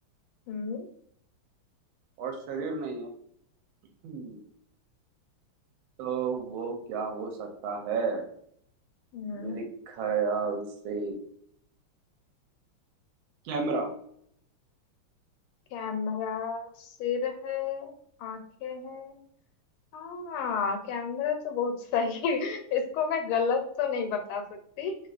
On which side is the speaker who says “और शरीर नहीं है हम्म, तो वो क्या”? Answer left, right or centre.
Right